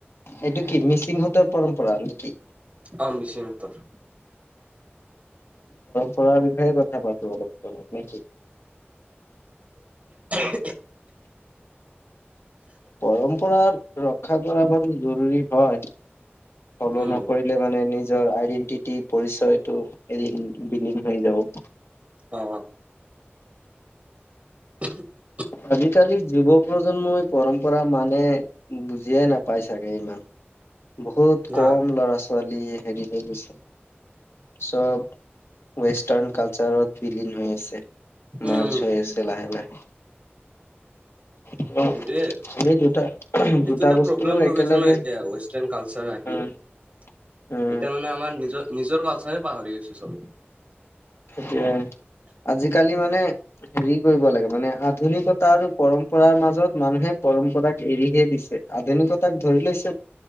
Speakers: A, on the left (about 80°); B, on the right (about 35°).
A: এইটো কি মিচিংহতৰ পৰম্পৰা নেকি?
B: অ মিচিং হতৰ।
A: পঢ়াৰ বিষয়ে কথা পাতো অলপ জনক নেকি?
B: থেং ইউ
A: পৰম্পৰা ৰক্ষা কৰা ব জৰুৰী হয়। ফল'
B: উম
A: নকৰিলে মানে নিজ নিজৰ আইডেন্টিটি পৰিচয়টো এদিন বিলীন হৈ যাব।
B: অ <unintelligible>
A: আজিকালি যুৱ প্ৰজন্মই পৰম্পৰা মানে বুজিয়ে নাপাই চাগে ইমান। বহুত কম
B: অ
A: ল'ৰা ছোৱালী হেৰি হৈ গৈছে। চব ৱেষ্টাৰ্ণ কালচাৰত বিলীন হৈ আছে। মাৰছ
B: উম
A: হৈ আছে লাহে -লাহে। ত'
B: সেইটোৱে সেইটোতে
A: আমি দুটা দুটা বস্তু
B: প্ৰব্লেম হৈ
A: একেলগে
B: গৈছে ন এতিয়া ৱেষ্টাৰ্ণ কালচাৰ আহি
A: উম
B: এতিয়া
A: উম,
B: মানে আমাৰ নিজৰ- নিজৰ কালচাৰে পাহৰি গৈছে চব
A: এ আজিকালি মানে হেৰি কৰিব লাগে মানে আধুনিকতা আৰু পৰম্পৰাৰ মাজত মানুহে পৰম্পৰাক এৰিহে দিছে। আধুনিকতাক ধৰিলৈছে।